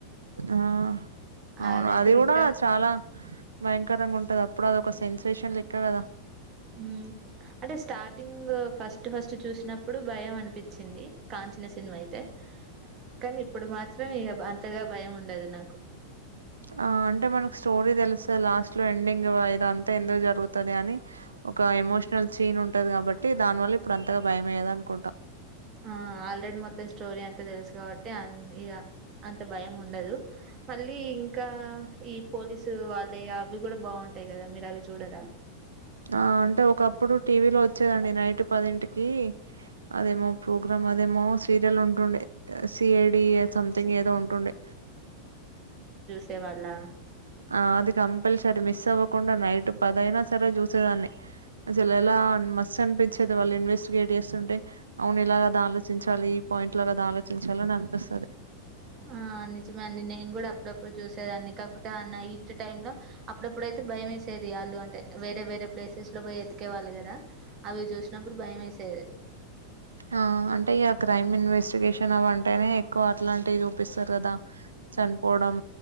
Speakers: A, on the right; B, on the right.
A: ఆ అవును
B: అదైతే
A: అది కూడా
B: ఇంకా
A: చాలా భయంకరంగా ఉంటది అప్పుడు అద ఒక సెన్సేషన్ లెక్క కదా
B: మ్ అంటే స్టార్టింగ్ ఫస్ట్ ఫస్ట్ చూసినప్పుడు భయం అనిపించింది కాంచిన సినిమా అయితే కానీ ఇప్పుడు మాత్రే ఇగ అంతగా భయం ఉండదు నాకు
A: ఆ అంటే మనకు స్టోరీ తెలుస లాస్ట్ లో ఎండింగ్ ఇద అంతా ఎందుకు జరుగుతుది అని ఒక ఎమోషనల్ సీన్ ఉంటది కాబట్టి దాని వల్ల ఇప్పుడు అంతగా భయం అయ్యేద అనుకుంటాం
B: ఆ ఆల్రెడీ మొత్తం స్టోరీ అంత తెలుసు కాబట్టి ఆన్ ఇగ అంత భయం ఉండదు మళ్ళీ ఇంకా ఈ పోలీసు వాళ్ళే అవి కూడా బాగుంటాయి కదా మీరు అవి చూడరా
A: ఆ అంటే ఒకప్పుడు టీవీ లో వచ్చేదండి నైట్ పదింటికి అదేమో ప్రోగ్రామ్ మదమో సీరియల్ ఉంటుండే సిఐ డి సంథంగ్
B: సి
A: ఏదో ఉంటుండే
B: స్తేవాళ
A: ఆ అది కంపల్సరీ మిస్ అవ్వకుండా నైట్ పదైనా సరే చూసేదాన్ని సలలా మస్న్ పోయి వచ్చేతే వాళ్ళు ఇన్వెస్టిగేట్ చేస్తుంటే అవును ఇలాగా ఆలోచించాలి పాయింట్ లో కదా ఆలోచించాలని అనిపిస్తది
B: ఆ నిజమే అండి నేను కూడా అప్పుడప్పుడు చూసేదాన్ని కాకపోతే అ నైటు టైం లో అప్పుడప్పుడైతే భయం వేసేది వాళ్ు అంటే వేరే వేరే ప్లేసెస్ లో పోయ ఒకేవాళ్ళు కదా అవి చూసినప్పుడు భయం వేసేది
A: ఆ అంటే ఇగ క్రైమ్ ఇన్వెస్టిగేషన్ అవ అంటేనే ఎక్కువ అట్లాంటివి చూపిస్తారు కదా చనిపోవడం